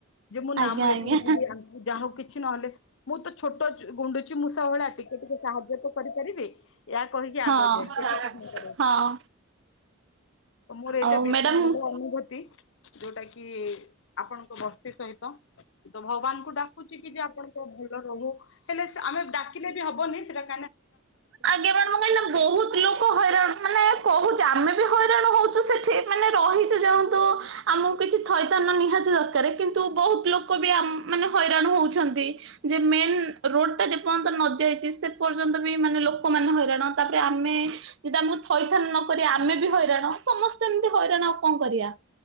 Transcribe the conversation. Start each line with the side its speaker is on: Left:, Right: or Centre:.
Left: ଯେ ମୁଁ
Right: ଆଜ୍ଞା
Left: ନାମ ଏଠି
Right: ଆଜ୍ଞା
Left: ଯଦି ଆଣଛି ଯାହା ହଉ କିଛି କିଛି ନହେଲେ ମୁଁ ତ ଛୋଟ ଗୁଣ୍ଡୁଛି ମୁଁ ସବୁ ଭଳେ ଆଟିଙ୍ଗ ଟିକେ ତ ସାହାଯ୍ୟ ତ କରିପାରିବି। ଏହା କହିକି
Right: ହଁ
Left: ଆଗ ଯାଏ ସେଠ କାହିଁକି କର
Right: ହଁ
Left: ମୋର ଏଇଟା
Right: ଆଉ
Left: ବେଶୀ
Right: ମ୍ୟାଡାମ
Left: ଭଲ ଅନୁଭୂତି ଯୋଉଟା କି ଆପଣଙ୍କ ବସ୍ତି ସହିତ ତ ଭଗବାନଙ୍କୁ ଡାକୁଚି କି ଯେ ଆପଣଙ୍କ ଭଲ ରହୁ ହେଲେ ସେ ଆମେ ଡାକିଲେ ରଖ <unintelligible>
Right: ଆଜ୍ଞା ମ୍ୟାଡ଼ାମ ମୁଁ କହିଲି ବହୁତ ଲୋକ ହଇରାଣ ମାନେ କହୁ ଆମେ ବି ହଇରାଣ ହଉଛୁ ସେଠି ମାନେ ରହିଛୁ ଯାାଉନ୍ତୁ ଆମକୁ କିଛି ଥଇଥାନ ନିହାତି ଦରକାର କିନ୍ତୁ ବହୁତ ଲୋକ ବି ମାନେ ହଇରାଣ ହଉଛନ୍ତି ଯେ ମେନ୍ ରୋଡ ଟା ଯେପର୍ଯ୍ୟନ୍ତ ନଯାଇଛି ସେ ପର୍ଯ୍ୟନ୍ତ ବି ମାନେ ଲୋକମାନେ ହଇରାଣ ତାପରେ ଆମେ ଯଦି ଆମକୁ ଥଇଥାନ ନକରିବେ ଆମେ ବି ହଇରାଣ ସମସ୍ତେ ଏମିତିମିଶିକି ହଇରାଣ ଆଉ କଣ କରିବା